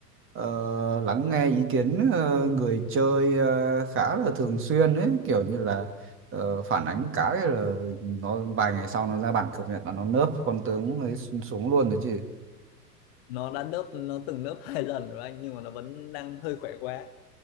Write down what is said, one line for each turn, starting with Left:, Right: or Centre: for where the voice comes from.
Right: ờ, lắng nghe ý kiến ờ, người chơi ờ, khá là thường xuyên ấy kiểu như là ờ, phản ánh cái là nó vài ngày sau nó ra bản cập nhật là nó nerf con tướng ấy xu- xuống luôn rồi chứ
Left: nó đã nớp nó từng nớp hai lần rồi anh nhưng mà nó vẫn đang hơi khỏe quá